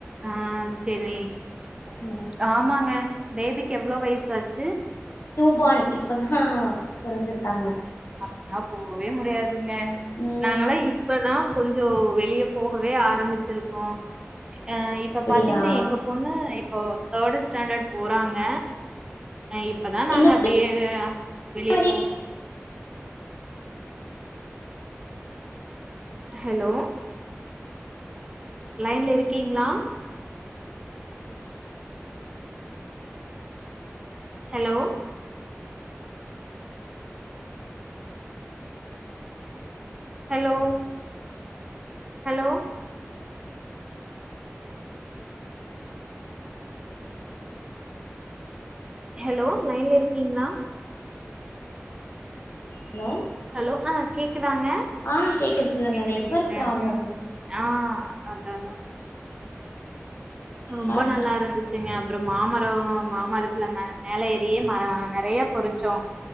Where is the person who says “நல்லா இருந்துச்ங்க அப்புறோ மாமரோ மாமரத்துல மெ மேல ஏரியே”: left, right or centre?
Right